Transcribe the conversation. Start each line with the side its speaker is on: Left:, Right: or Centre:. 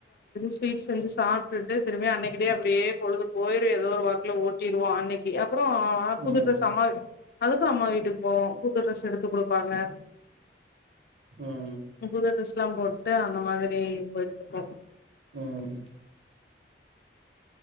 Left: ஸ்வீட்ஸ் செஞ்சு சாப்ட்டு திரும்ப அன்னைக்கு டே அப்டியே பொழுது பொயிரு ஏதோ ஒரு வாக்குல ஓட்டிடுவோ அன்னைக்கு அப்றோ
Right: ம்
Left: புது டிரெஸ்
Right: ம்
Left: அம்மா அதுக்கு அம்மா வீட்டுக்கு போவோ புது ட்ரெஸ் எடுத்து குடுப்பாங்க
Right: ம்
Left: புது டிரெஸ்ல்லா போட்டு அந்த மாதிரி பொயிட்டுப்போ
Right: ம்